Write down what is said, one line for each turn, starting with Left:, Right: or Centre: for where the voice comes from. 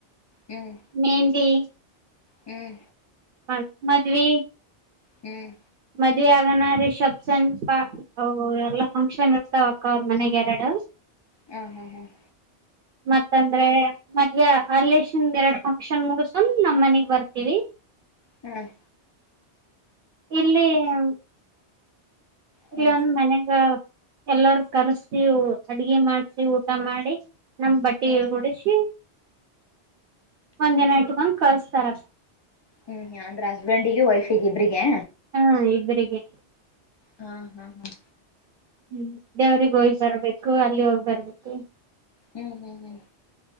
Left: ಹ್ಮ್
Right: ಮೆಹಂದಿ
Left: ಹ್ಮ್
Right: ಮಾಡ್ ಮದ್ವಿ
Left: ಹ್ಮ್
Right: ಮದ್ವೆ ಆಗನ ರಿಸೆಪ್ಷನ್ ಸ್ಪ ಅವೊ ಎಲ್ಲ ಫಂಕ್ಷನ್ ಇರ್ತಾವಕ್ಕ ಅವ್ರ್ ಮನೆಗೆರಡು.
Left: ಹ್ಮ್ ಹ್ಮ್ ಹ್ಮ್
Right: ಮತ್ತಂದ್ರೆ ಮದ್ವೆ ಅರ್ಲೇಶನ್ದ್ ಎರಡ್ ಫಂಕ್ಷನ್ ಮುಗುಸ್ಕೊಂಡ್ ನಮ್ ಮನಿಗ್ ಬರ್ತೀವಿ.
Left: ಹ್ಮ್
Right: ಇಲ್ಲಿ ಹಾಂ ಇಲ್ಲೊಂದ್
Left: ಹ
Right: ಮನೆಗ ಎಲ್ಲಾರೂ ಕರ್ಸಿ ಅಡ್ಗೆ ಮಾಡ್ಸಿ ಊಟ ಮಾಡಿ, ನಮ್ ಬಟ್ಟಿ
Left: ಹ್ಮ್
Right: ಉಡಿಸಿ ಒಂದಿನ ಇಟ್ ಟುಕನ್ ಕಳಸ್ತಾರ
Left: ಹ್ಮ್ ಹ ಅಂದ್ರೆ ಹಸ್ಬೆಂಡಿಗೆ ವೈಫಿಗಿಬ್ರಿಗೆ?
Right: ಹ್ಮ್ ಇಬರಿಗೆ.
Left: ಹಾಂ ಹಾಂ ಹಾಂ
Right: ಹ್ಮ್ ದೇವ್ರಗ್ ಹೋಗಿ ಬರ್ಬೇಕು ಅಲ್ಲಿ ಹೋಗಿ ಬರ್ಬೇಕು.
Left: ಹ್ಮ್ ಹ್ಮ್ ಹ್ಮ್